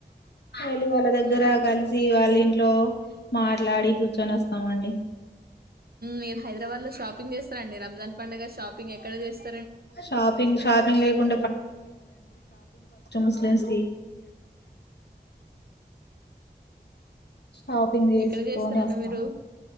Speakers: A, on the left; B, on the right.
A: వెళ్ళి వాళ్ళ
B: అవునండి
A: దగ్గర కలిసి వాళ్ళ ఇట్ లో మాట్లాడి కూర్చొని అమండి
B: మీరు హైదరాబాద్ లో షాపింగ్ చేస్తారండి రంజాన్ పంగారు షాపింగ్ ఎక్కడ చేస్తారు
A: షాపింగ్ షాపిింగ్ లేకుం ముస్లిమ్స్ కి షాపింగ్ చేసుకొని
B: ఎక్కడ చేస్తారండి
A: వస్తాం
B: మీరు